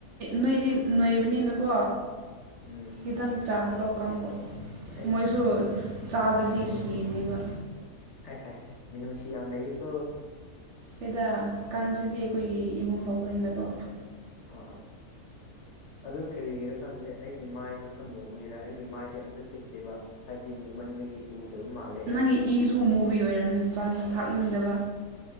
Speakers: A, on the right; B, on the left.
A: ꯅꯣꯏꯗꯤ ꯅꯣꯏꯕꯅꯤꯅꯀꯣ
B: ꯎꯝ
A: ꯈꯤꯇꯪ ꯆꯥꯍꯜꯂꯣ ꯀꯥꯡꯕꯨ
B: ꯑꯩꯁ
A: ꯃꯣꯏꯁꯨ ꯆꯥꯗ꯭ꯔꯗꯤ ꯁꯤꯅꯦꯕ
B: ꯍꯥꯏ ꯍ ꯃꯤꯨꯡꯁꯤ ꯌꯥꯝ ꯑꯃ ꯂꯩꯀꯣ
A: ꯍꯣꯏꯗ ꯀꯥꯡꯁꯤꯗꯤ ꯑꯩꯈꯣꯏꯒꯤ ꯏꯃꯨꯡ ꯊꯣꯛꯄꯅꯤꯅꯀꯣ
B: ꯑ ꯑꯗꯨ ꯀꯔꯤꯒꯤꯔꯥ ꯈꯪꯗꯦ ꯑꯩꯒꯤ ꯃꯥꯏꯗꯣ ꯈꯔ ꯃꯨꯕꯒꯤꯔ ꯑꯩꯒꯤ ꯃꯥꯏꯗꯤ ꯑꯝꯇ ꯆꯤꯛꯇꯦꯕ ꯍꯥꯏꯕꯗꯤ ꯃꯨꯃꯟꯕꯒꯤ ꯎꯗꯕ ꯃꯥꯜꯂꯦ
A: ꯅꯪꯒꯤ ꯏꯁꯨ ꯃꯨꯚꯤ ꯑꯣꯏꯔꯝꯅꯤ ꯆꯥꯅꯤꯡ ꯊꯥꯛꯅꯤꯡꯗꯕ